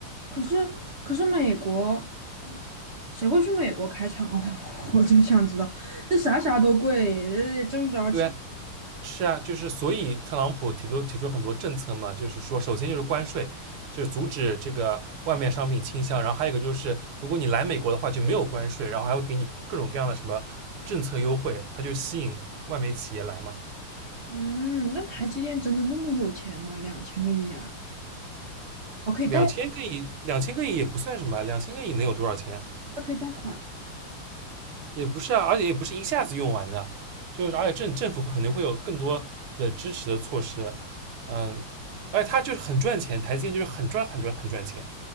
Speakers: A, on the right; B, on the right.
A: 可是可是美国，嗯谁会去美国开厂啊？<laughs> 我我就想知道，这啥啥都贵，呃也挣不着钱。
B: 对啊，是啊，就是所以特朗普提出提出很多政策嘛，就是说，首先就是关税，就是阻止这个外面商品倾销，然后还有一个就是，如果你来美国的话就没有关税，然后还会给你各种各样的什么政策优惠，它就吸引外面企业来嘛。
A: 嗯，那台积电真的那么有钱吗？两千个亿啊！哦，可以贷，
B: 两千个亿，两千个亿也不算什么啊，两千个亿能有多少钱啊
A: 可以贷款。
B: 也不是啊，而且也不是一下子用完的，就是而且政政府会肯定会有更多的支持的措施，嗯、而且它就是很赚钱，台积电就是很赚很赚很赚钱。